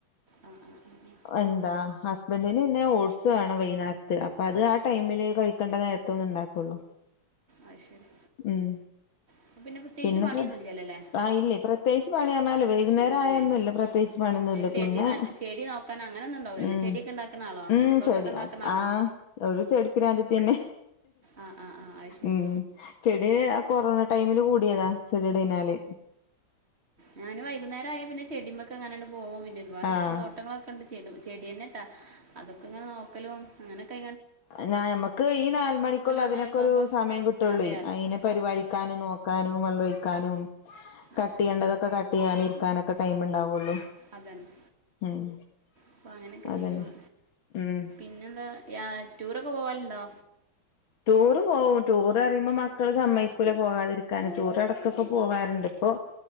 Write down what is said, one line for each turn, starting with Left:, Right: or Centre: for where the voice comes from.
Right: ആ ആ ആ
Left: എന്താ ഹസ് ബന്റിന് പിന്നെ ഓട്സ് വേണം വൈന്നേരത്ത് അപ്പൊ അത് ആ ടൈമില് കഴിക്കേണ്ട നേരത്ത ഒന്ന്ണ്ടാക്കുള്ളൂ.
Right: അഹ് ശരി
Left: ഉമ്
Right: അപ്പം പ്രത്യേകിച്ച്
Left: പിന്നെ
Right: പണിയൊന്നുമില്ലല്ലോല്ലേ
Left: പ്രത് പ്ര ഇല്ലേ പ്രത്യേകിച്ച് പണിയർഞ്ഞാല് വൈകുന്നേരം
Right: പിന്നെ
Left: ആയൊന്നുംല്ല പ്ര പ്രേച്ച് പണിയൊന്നുല്ല
Right: ചെടി
Left: പിന്നെ
Right: നന ചെടി നോക്കാൻ അങ്ങനൊന്നും ഉണ്ടാവില്ലല്ലോ
Left: ഉമ്
Right: ചെടിയൊക്കെ ഉണ്ടാക്കുന്ന ആളാണോ
Left: ഉമ്
Right: പൂന്തോട്ടമൊക്കെ
Left: ചെടിയാച്
Right: ഉണ്ടാക്കുന്ന ആളാണോ
Left: ആഹ് ഒരു ചെടി പ്പ്രാന്തത്തിയെന്നെ
Right: ആ ആ ആ അത് ശരി
Left: ഉമ് ചെടിയ ആഹ് കൊറോണ ടൈമില് കൂടിയതാ ചെടിയുടെ പിനാല്
Right: ഞാന് വൈകുന്നേര ആയാ പിന്നെ ചെടിമൊക്കെ അങ്ങനണ്ട് പോകും പിന്നെ ഒരുപാട്
Left: ആഹ്
Right: തോട്ടങ്ങളൊക്കെ ച ചെടിയെന്നെട്ടാ അതൊക്കെങ്ങനെ നോക്കലും അങ്ങനെക്കെ
Left: ആഹ് ഞമക്ക് ഈ നാല് മണിക്കുള്ളതിനൊക്കെ
Right: അങ്ങനെയൊക്കെ
Left: ഒരു
Right: ആകുമ്പോൾ
Left: സമയം കിട്ടുള്ളേ
Right: അതെ അത്
Left: അയിനെ പരിപാലിക്ക
Right: അപ്പം
Left: ക്കാനും നോക്കാനും വെള്ളൊഴിക്കാനും കട്ട്യ്യണ്ടതൊക്കെ
Right: അതെ
Left: കട് കട്ടയ്യാന് ഇരിക്കാനൊക്കെ ടൈംണ്ടാവുള്ളു.
Right: അതന്നെ
Left: ഉമ്
Right: അപ്പോൾ അങ്ങനെയൊക്കെ
Left: അതന്നെ
Right: ചെയ്യും
Left: ഉമ്
Right: പിന്നെന്താ യാ റ്റുറൊക്കെ പോവാൽണ്ടോ?
Left: റ്റുറ് പോവും ടൂറ് അറിയുമ്പോ മക്കള് സമ്മയ്ക്കൂല പോകാതിരിക്കാൻ റ്റുർടക്കൊക്കെ പോകാറുണ്ട്. അപൊ